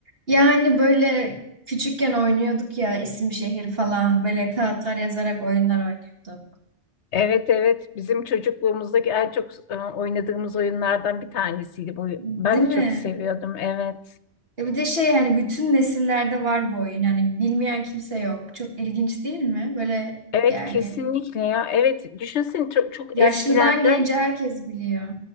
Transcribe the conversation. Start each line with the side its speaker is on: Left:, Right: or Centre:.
Right: Yani böyle küçükken oynuyorduk ya isim şehir falan böyle kağıtlar yazarak oyunlar oynuyorduk.
Left: Evet evet bizim çocukluğumuzdaki en çok e, oynadığımız oyunlardan bir tanesiydi bu.
Right: Değil
Left: Ben de
Right: mi?
Left: çok seviyordum evet.
Right: E bir de şey hani bütün nesillerde var bu oyun. Hani bilmeyen kimse yok. Çok ilginç değil mi? Böyle
Left: Evet
Right: yani
Left: kesinlikle ya. Evet düşünsene çok, çok
Right: yaşlıdan
Left: eskilerden
Right: gence herkes biliyor.